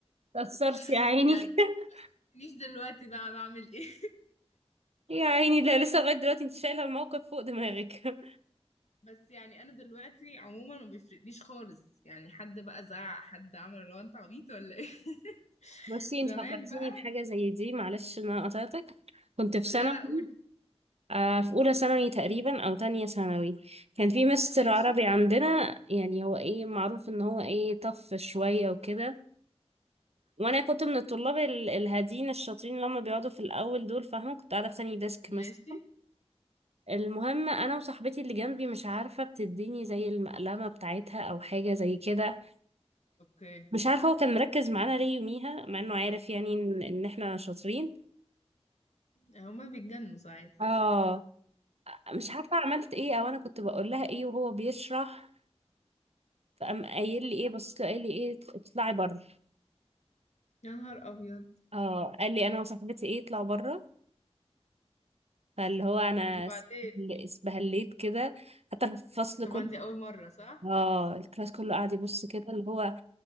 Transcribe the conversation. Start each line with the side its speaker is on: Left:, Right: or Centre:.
Right: تأثرتي
Left: <laughs>
Right: يا عيني
Left: يعني
Right: <laughs>
Left: ما شفتنيش دلوقتي بقى بعمل ايه
Right: يا عيني لا لسه لغاية دلوقتي انت شايلة الموقف فوق دماغك
Left: <laughs> بس يعني انا دلوقتي عموما ما بيفرقليش خالص يعني حد بقى زعق حد عمل اللي هو انت عبيط ولا ايه <laughs>
Right: بصي
Left: زمان
Right: انت فكرتيني
Left: بقى
Right: بحاجة زي دي معلش ان انا قطعتك كنت في سنة
Left: لا لا قول
Right: آه، في أولى ثانوي تقريبا أو تانية ثانوي كان في مستر
Left: ماشي
Right: عربي عندنا يعني هو إيه معروف إن هو إيه طف شوية وكده وأنا كنت من الطلاب ال- الهادين الشاطرين اللي هم بيقعدوا في الأول دول فاهمة كنت قاعدة في تاني ديسك مثلا
Left: ماشي
Right: المهم أنا وصاحبتي اللي جنبي مش عارفة بتديني زي المقلمة بتاعتها أو حاجة زي كده
Left: اوكي
Right: مش عارفة هو كان مركز معانا ليه يوميها مع إنه عارف يعني إن إن إحنا شاطرين
Left: هما بيتجنوا ساعات
Right: اه
Left: كده
Right: مش عارفة عملت ايه او انا كنت بقول لها ايه وهو بيشرح فقام قايل لي ايه بصيت له قايل لي ايه اطل- اطلعي بره
Left: يا نهار ابيض
Right: اه قال لي انا وصاحبتي ايه اطلعوا بره فاللي هو انا
Left: وبعدين
Right: اس- اسبهليت كده حتى في الفصل
Left: طبعا
Right: كله
Left: دي اول مرة صح
Right: اه الكلاس كله قاعد يبص كده اللي هو